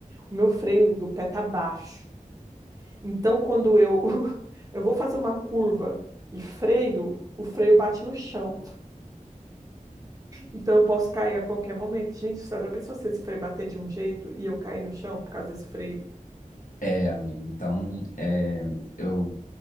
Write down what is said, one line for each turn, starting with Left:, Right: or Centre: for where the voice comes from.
Right: O meu freio do pé tá baixo. Então, quando eu, <laughs> eu vou fazer uma curva e freio, o freio bate no chão. Então, eu posso cair a qualquer momento. Gente, você já pensou se esse freio bater de um jeito e eu cair no chão por causa desse freio?
Left: É, amigo, então, é, eu,